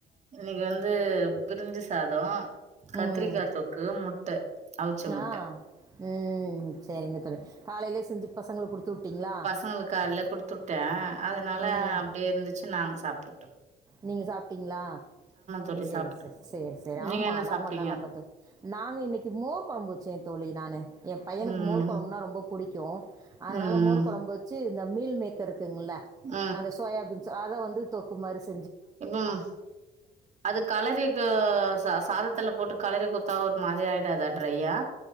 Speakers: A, on the right; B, on the right.
A: இன்னைக்கு வந்து பிரிஞ்சு சாதோ கத்திரிக்கா
B: ம்.
A: தொக்கு முட்ட அவிச்ச முட்ட
B: ஆ ம் சேரிங்க தோழி காலைலே செஞ்சு பசங்களுக்கு குடுத்து வுட்டீங்களா
A: ங்களுக்கு காலைல குடுத்து விட்ட அதனால
B: ம்.
A: அப்டியே இருந்துச்சு நாங்க சாப்டுட்டோ
B: நீங்க சாப் டிங்ளா
A: தோழி
B: சேர்
A: சாப்ட்டோ
B: சேரி சேரி சேரி
A: நீங்க
B: ஆமா
A: என்ன
B: நம்ம
A: சாப்ட்டீங்க
B: நல்லா பாத்தோ நாங்க இன்னைக்கு கு மோர் கொழம்பு வச்சே தோழி நானு எ பையனுக்கு
A: ம்
B: மோர் கொழம்புனா ரொம்போ புடிக்கு அதனால
A: ம் ம்
B: மோர் கொழம்பு வச்சு இந்த மீல் மேக்கர் இருக்குங்கல்ல
A: ம்
B: அந்த சோயாபீன்ஸ் அத வந்து தொக்கு மாரி செ
A: க்கும் அது கலரிக்கு சா சாதத்துல போட்டு கல ரிகுத்தா ஒரு மாரி ஆய்டாதா ட்ரையா